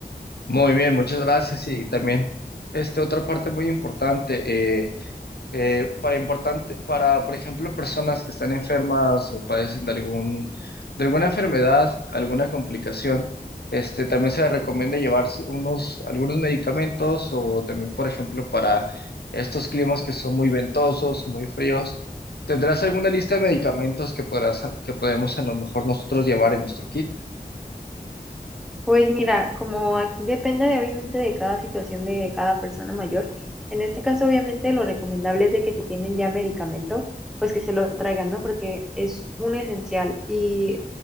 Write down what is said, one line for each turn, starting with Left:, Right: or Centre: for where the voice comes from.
Left: Muy bien, muchas gracias. Y también, este, otra parte muy importante, eh, eh, para importante, para, por ejemplo, personas que están enfermas o padecen de algún, de alguna enfermedad, alguna complicación, este, también se recomienda llevarse unos, algunos medicamentos o también, por ejemplo, para estos climas que son muy ventosos, muy fríos, ¿tendrás alguna lista de medicamentos que podrás, que podemos a lo mejor nosotros llevar en nuestro kit?
Centre: Pues mira, como aquí depende de, obviamente de cada situación de cada persona mayor, en este caso obviamente lo recomendable es de que si tienen ya medicamento, pues que se lo traigan, ¿no? Porque es un esencial. Y,